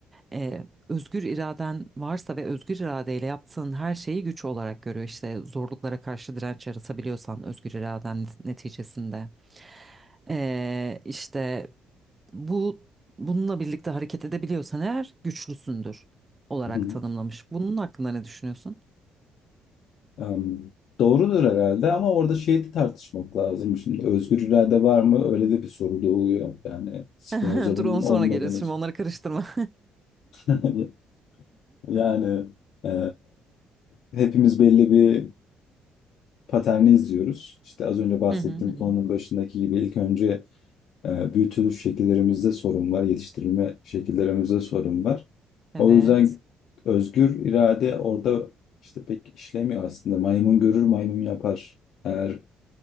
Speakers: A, on the right (about 20°); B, on the left (about 60°).
A: E, özgür iraden varsa ve özgür iradeyle yaptığın her şeyi güç olarak görüyor. İşte zorluklara karşı direnç yaratabiliyorsan özgür iraden neticesinde. E, işte bu bununla birlikte hareket edebiliyorsan eğer güçlüsündür olarak
B: <laughs>
A: tanımlamış. Bunun hakkında ne düşünüyorsun?
B: Em, Doğrudur herhalde ama orada şeyi de tartışmak lazım. Şimdi özgür irade var mı? Öyle de bir soru doğuyor. Yani Spinoza
A: <laughs>
B: bunun
A: Dur onu
B: olmadığını
A: sonra gelir. Şimdi onları karıştırma.
B: <laughs> yani e, hepimiz belli bir paterni izliyoruz. İşte az önce
A: <laughs>
B: bahsettiğim
A: Hı hı hı. hı.
B: konunun başındaki gibi ilk önce e, büyütülüş şekillerimizde sorun var, yetiştirilme şekillerimizde sorun var.
A: Evet.
B: O yüzden özgür irade orada işte pek işlemiyor aslında. Maymun görür, maymun yapar. Eğer